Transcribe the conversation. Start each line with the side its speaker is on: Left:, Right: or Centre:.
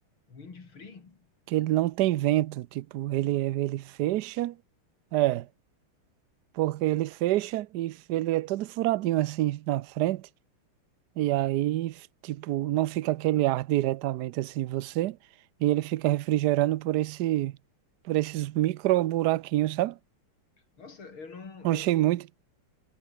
Left: wind-free?
Right: Que ele não tem vento, tipo, ele, ele fecha, é, porque ele fecha e ele é todo furadinho assim na frente, e aí, tipo, não fica aquele ar diretamente assim em você, e ele fica refrigerando por esse, por esses micro buraquinhos, sabe?
Left: Nossa, eu não,
Right: Eu
Left: eu
Right: Achei
Left: não,
Right: muito.